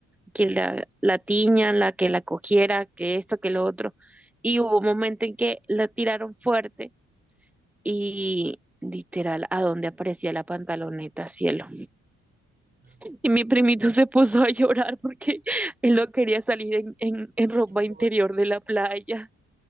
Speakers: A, in the centre; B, on the right (about 30°).
A: que la, la tiñan, la que la cogiera, que esto, que lo otro. Y hubo un momento en que la tiraron fuerte y literal, a donde aparecía la pantaloneta, cielo.
B: No.
A: Y mi primito se puso a llorar porque <laughs> él no quería salir en, en, en ropa
B: En
A: interior
B: bots.
A: de la playa.